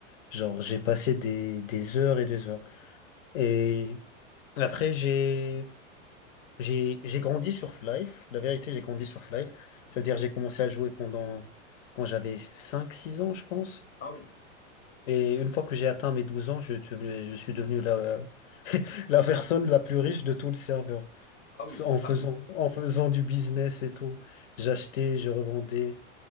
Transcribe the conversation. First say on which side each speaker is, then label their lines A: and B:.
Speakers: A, on the left (about 75°); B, on the left (about 20°).
A: Genre, j'ai passé des, des heures et des heures. Et après, j'ai, j'ai, j'ai grandi sur Half-Life. La vérité, j'ai grandi sur Half-Life. Ça veut dire, j'ai commencé à jouer pendant, quand j'avais cinq six ans, je pense.
B: Ah oui.
A: Et une fois que j'ai atteint mes 12 ans, je, suis devenu- je suis devenu la, <laughs> la personne la plus riche de tout le serveur.
B: Ah oui,
A: En
B: <laughs>
A: faisant,
B: carrément.
A: en faisant du business et tout. J'achetais, je revendais.